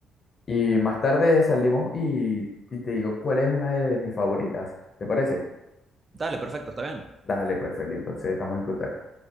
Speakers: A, on the left (about 40°); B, on the right (about 35°).
A: y más tarde salimos y, y te digo cuál es una de, de mis favoritas, ¿te parece?
B: dale, perfecto, está bien.
A: Dale, pues, Feli, entonces estamos en contacto.